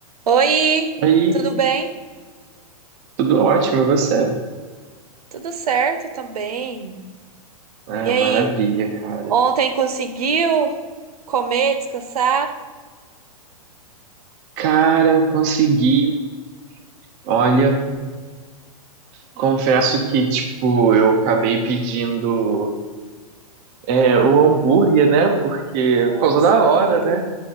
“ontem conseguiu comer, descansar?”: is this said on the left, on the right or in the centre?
Right